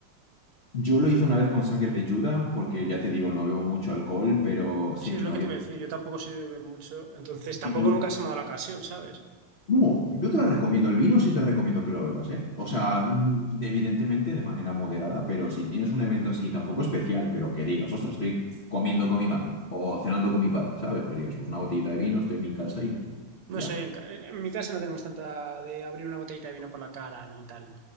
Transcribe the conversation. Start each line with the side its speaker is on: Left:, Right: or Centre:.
Left: Yo lo hice una vez con sangre de Judas, porque ya te digo, no bebo mucho alcohol, pero sí,
Right: Sí,
Left: mi
Right: es lo
Left: novia.
Right: que te iba a decir. Yo tampoco soy de beber mucho, entonces tampoco
Left: Mi novia.
Right: nunca se me ha dado la ocasión, ¿sabes?
Left: No, yo te la recomiendo. El vino sí te recomiendo que lo bebas, ¿eh? O sea, mm, evidentemente de manera moderada, pero si tienes un evento así tampoco especial, pero que digas, ostras, estoy comiendo con mi madre o cenando con mi padre, ¿sabes? Pues digas, pues una botellita de vino, estoy en mi casa y
Right: No
Left: ya.
Right: sé, en, ca- en mi casa no tenemos tanta de abrir una botellita de vino por la cara ni tal.